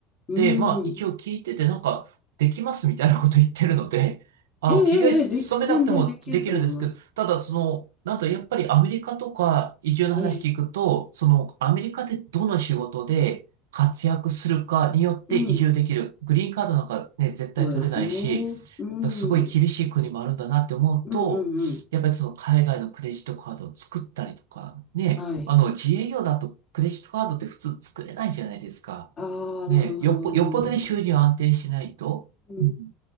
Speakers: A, on the left; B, on the right.
A: うん。
B: で、まあ、一応聞いてて、なんか、できますみたいなこと言ってるので、あ、
A: ええ、
B: 企業に勤めなくてもできるんですけど、
A: ええ、でき、全然できると思います。
B: ただ、その、なんと、やっぱりアメリカとか移住の話聞くと、
A: ええ、
B: その、アメリカでどの仕事で活躍するかによって移住できる。
A: うん。
B: グリーンカードなんかね、絶対取れないし、
A: そうですね。うん。
B: だすごい厳しい国もあるんだなって思うと、
A: うんうんうん。
B: やっぱりその海外のクレジットカードを作ったりとか、ね、
A: はい。
B: あの、自営業だとクレジットカードって普通作れないじゃないですか。
A: ああ、
B: ね、
A: なるほ
B: よっぽ、よっぽどに収入安定しないと。
A: ど。うん。
B: うん